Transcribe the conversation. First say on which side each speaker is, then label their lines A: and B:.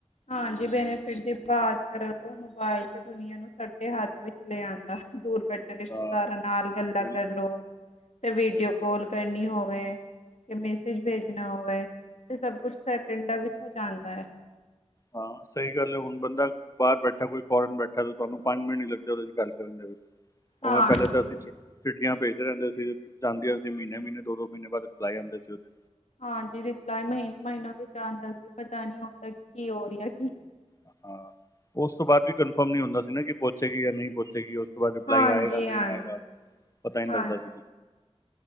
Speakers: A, on the left; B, on the left.
A: ਹਾਂਜੀ ਬੈਨੀਫਿਟ ਦੀ ਬਾਤ ਕਰੋ ਤੋਂ ਮੋਬਾਇਲ ਤੇ ਦੁਨੀਆਂ ਨੂੰ ਸਾਡੇ ਹੱਥ ਵਿੱਚ ਲੈ ਆਦਾਂ ਦੂਰ ਵਡੇ ਰਿਸ਼ਤੇਦਾਰਾਂ
B: ਹਾਂ
A: ਨਾਲ ਗੱਲਾਂ
B: ਬਿਲਕੁਲ
A: ਕਰਲੋ, ਤੇ ਵੀਡੀਓ
B: ਬਿਲਕੁਲ
A: ਕਾਲ ਕਰਨੀ ਹੋਵੇ ਮੈਸੇਜ ਭੇਜਣਾ ਹੋਵੇ ਤੇ ਸਭ ਕੁਛ ਸੈਕਿੰਡਾਂ ਵਿੱਚ ਹੋ ਜਾਂਦਾ ਹੈ
B: ਹਾਂ ਸਹੀ ਗੱਲ ਹੈ ਹੁਣ ਬੰਦਾ ਬਾਹਰ ਬੈਠਾ ਕੋਈ ਫੋਰਨ ਬੈਠਾ ਤੇ ਤੁਹਾਨੂੰ ਪੰਜ ਮਿੰਟ ਨੀ ਲੱਗਦੇ ਉਹਦੇ ਚ ਗੱਲ ਕਰਨ ਦੇ ਵਿੱਚ ਉਹਵੇੈਂ
A: ਹਾਂਜੀ
B: ਪਹਿਲੇ ਤਾਂ ਅਸੀ ਚਿ ਚਿੱਠੀਆਂ ਭੇਜਦੇ ਰਹਿੰਦੇ ਸੀ ਤੇ ਜਾਂਦੀਆਂ ਸੀ ਮਹੀਨੇ-ਮਹੀਨੇ ਦੋ-ਦੋ ਮਹੀਨੇ ਬਾਅਦ ਰਿਪਲਾਏ ਆਂਦੇ ਸੀ ਉਹਦੇ
A: ਹਾਂਜੀ ਰਿਪਲਾਈ ਮਹੀਨ ਮਹੀਨੇ ਵਿੱਚ ਆਉਂਦਾ ਸੀ ਪਤਾ ਨੀ ਔਥੇ ਕੀ ਹੋ ਰਿਹੈ
B: ਹਾਂ ਉਸ ਤੋਂ ਬਾਅਦ ਵੀ ਕਨਫਰਮ ਨੀ ਹੁੰਦਾ ਸੀ ਨਾ ਕਿ ਪਹੁੰਚੇਗੀ ਜਾਂ ਨਹੀਂ ਪਹੁੰਚੇਗੀ ਉਹ ਬਾਅਚ ਰਿਪਲਾਈ
A: ਹਾਂਜੀ
B: ਆਏਗਾ
A: ਹਾਂਜੀ
B: ਨਹੀਂ ਆਏਗਾ ਪਤਾ ਹੀ
A: ਹਾਂਜੀ
B: ਲੱਗਦਾ ਸੀ